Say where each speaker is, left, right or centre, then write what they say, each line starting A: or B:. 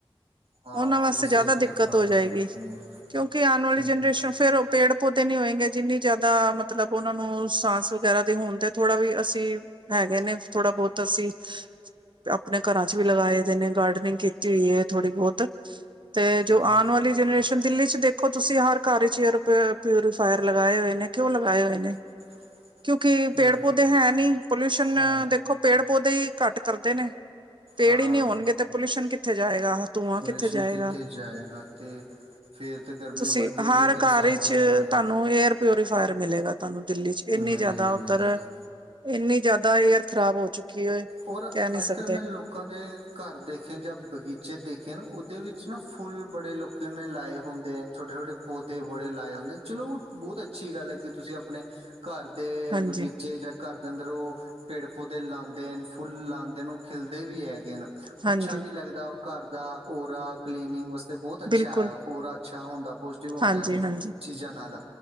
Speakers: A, on the right; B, on the right.
A: ਹਾਂ
B: ਉਨਾਂ
A: ਤੁਸੀਂ
B: ਵਾਸਤੇ,
A: ਸਹੀ
B: ਜ਼ਿਆਦਾ
A: ਕਿਹਾ
B: ਦਿੱਕਤ
A: ਭਰਾਵਾ
B: ਹੋ ਜਾਏਗੀ।
A: ਹਮ
B: ਕਿਉਂਕਿ, ਆਣ ਵਾਲੀ
A: ਤੇ
B: ਜਨਰੇਸ਼ਨ ਫੇਰ ਉਹ ਪੇੜ ਪੌਦੇ ਨੀ ਹੋਏਂਗੇ, ਜਿੰਨੀ ਜ਼ਿਆਦਾ ਮਤਲਬ ਉਹਨਾਂ ਨੂੰ ਸਾਸ ਵਗੈਰਾ ਹੋਣ ਦੇ, ਥੋੜਾ ਵੀ ਅਸੀਂ ਹੈਗੇ ਨੇ, ਥੋੜਾ- ਬਹੁਤ ਅਸੀਂ ਆਪਣੇ ਘਰਾਂ ਚ ਵੀ ਲਗਾਏ ਦੇ ਨੇ ਗਾਰਡਨਿੰਗ ਕੀਤੀ ਹੋਈ ਏ, ਥੋੜੀ ਬਹੁਤ ਤੇ ਜੋ
A: ਹਮ
B: ਆਉਣ ਵਾਲੀ ਜਨਰੇਸ਼ਨ ਦਿੱਲੀ ਚ ਦੇਖੋ, ਤੁਸੀਂ ਹਰ ਘਰ ਚ ਏਅਰ ਪਰ ਰ ਪਿਊਰੀਫਾਇਰ ਲਗਾਏ ਹੋਏ ਨੇ, ਕਿਉਂ ਲਗਾਏ ਹੋਏ ਨੇ?
A: <inaudible> <unintelligible>
B: ਕਿਉਂਕਿ,
A: ਅਗਰ
B: ਪੇੜ ਪੌਦੇ ਹੈ ਨਈ, ਪੋਲਿਊਸ਼ਨ,
A: ਹੈ
B: ਦੇਖੋ ਪੇੜ- ਪੌਦੇ ਈ ਘੱਟ ਕਰਦੇ ਨੇ ਪੇੜ
A: ਹਾਂ
B: ਈ ਨਈ ਹੋਣਗੇ ਤੇ, ਪੋਲਿਊਸ਼ਨ ਕਿੱਥੇ ਜਾਏਗਾ, ਧੂੰਆ
A: ਪੋਲਿਊਸ਼ਨ
B: ਕਿੱਥੇ ਜਾਏਗਾ
A: ਜਾਏਗਾ ਤੇ ਫੇਰ ਤੇ ਗਰਮੀ
B: ਤੁਸੀਂ
A: ਵੱਧੇਗੀ
B: ਹਰ
A: ਤੇ ਇਨਸਾਨ
B: ਘਰ 'ਚ
A: ਤੇ ਬਿਮਾਰੀ
B: ਤੁਹਾਨੂੰ ਏਅਰ ਪਿਉਰੀਫਾਇਰ, ਮਿਲੇਗਾ। ਤੁਹਾਨੂੰ ਦਿੱਲੀ ਚ, ਇੰਨੀ
A: ਮਿਲੇਗਾ
B: ਜ਼ਿਆਦਾ ਉੱਧਰ
A: ਮਿਲੇਗਾ
B: ਇੰਨੀ ਜ਼ਿਆਦਾ, ਏਅਰ ਖ਼ਰਾਬ ਹੋ ਚੁੱਕੀ ਏ,
A: ਔਰ
B: ਕਹਿ ਨੀ
A: ਅੱਜ
B: ਸਕੇ ਦ
A: ਮੈਂ ਲੋਕਾਂ ਦੇ ਘਰ, ਦੇਖੇ ਜਾਂ ਬਗੀਚੇ ਦੇਖੇ, ਉਹਦੇ ਵਿੱਚ ਨਾ ਫੁੱਲ ਬੜੇ ਲੋਕਾ ਨੇ, ਲਾਏ ਹੁੰਦੇ ਨੇ ਛੋਟੇ -ਛੋਟੇ ਪੌਦੇ ਬੜੇ ਲਾਏ ਹੁੰਦੇ ਨੇ, ਚਲੋ ਬਹੁਤ ਅੱਛੀ ਗੱਲ ਏ, ਕਿ ਤੁਸੀਂ ਆਪਣੇ ਘਰ ਦੇ
B: ਹਾਂਜੀ
A: ਬਗੀਚੇ, ਜਾਂ ਘਰ ਦੇ ਅੰਦਰ, ਉਹ ਪੇੜ -ਪੌਦੇ ਲਾਂਦੇ ਨੇ ਫੁੱਲ ਲਾਂਦੇ ਨੇ, ਉਹ ਖਿਲਦੇ ਵੀ ਹੈਗੇ ਨੇ ਅੱਛਾ
B: ਹਾਂਜੀ
A: ਵੀ ਲੱਗਦਾ, ਉਹ ਘਰ ਦਾ ਓਰਾ ਕਲੀਨਿੰਗ ਤੇ ਬਹੁਤ ਅੱਛਾ,
B: ਬਿਲਕੁਲ
A: ਓਰਾ ਅੱਛਾ ਹੁੰਦਾ, ਪੋਜਟਿਵ ਹੁੰਦਾ
B: ਹਾਂਜੀ
A: ਓ
B: ਹਾਂਜੀ
A: ਚੀਜ਼ਾਂ ਨਾਲ,